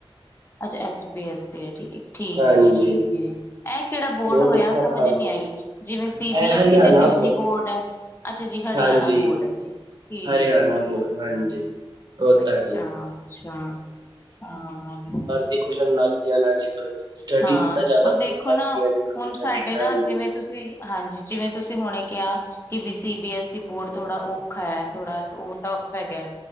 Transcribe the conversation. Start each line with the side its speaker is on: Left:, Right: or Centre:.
Left: ਅੱਛਾ ਐਚ ਬੀ ਐੱਸ ਸੀ ਏ, ਠੀਕ। ਠੀਕ
Right: ਹਾਂਜੀ
Left: ਏ ਜੀ ਠੀਕ ਏ, ਏਹ ਕੇਹੜਾ ਬੋਰਡ
Right: ਬਹੁਤ
Left: ਹੋਏਆ,
Right: ਅੱਛਾ
Left: ਸਮਝ
Right: ਪੜ੍ਹਾਉਂਦੇ
Left: ਨੀ ਆਈ? ਜਿਵੇਂ ਸੀ
Right: ਨੇ।
Left: ਬੀ
Right: ਇਹ
Left: ਐਸ
Right: ਹਰਿਆਣਾ
Left: ਈ ਤੇ ਦਿੱਲੀ ਬੋਰਡ ਹੈ। ਅੱਛਾ ਜੀ ਹਰਿਆਣਾ
Right: ਹਾਂਜੀ,
Left: ਬੋਰਡ ਹੈ ਜੀ, ਠੀਕ
Right: ਹਰਿਆਣਾ
Left: ਏ ਠੀਕ
Right: ਬੋਰਡ ਹਾਂਜੀ,
Left: ਏ।
Right: ਉਹ ਤਾਂ
Left: ਅੱਛਾ-ਅੱਛਾ
Right: ਹੈ ਹੀ,
Left: ਹਾਂ।
Right: ਦੇਖੋ ਇਨ੍ਹਾਂ ਨਾਗਿਆ ਨਾਲ ਚਿੱਪ ਰੇ, ਸਟੱਡੀ
Left: ਹਾਂ
Right: ਦੀ ਤਾਂ ਜ਼ਆਦਾ
Left: ਹੁਣ
Right: <unintelligible>
Left: ਦੇਖੋ
Right: ਨਾਗੀ
Left: ਨਾ
Right: ਆਲੀ ਕੋਈ
Left: ਹੁਣ
Right: ਸਟੱਡੀ
Left: ਸਾਡੇ
Right: ਕਰਾਂਦੇ
Left: ਨਾ ਜਿਵੇਂ
Right: ਨੇ।
Left: ਤੁਸੀਂ ਹਾਂਜੀ, ਜਿਵੇਂ ਤੁਸੀਂ ਹੁਣੇ ਕੇਆ ਕਿ B C B S E board ਥੋੜਾ ਔ ਖਾ ਹੈ ਥੋੜਾ ਉਹ ਟਫ ਹੈਗਾ ਏ।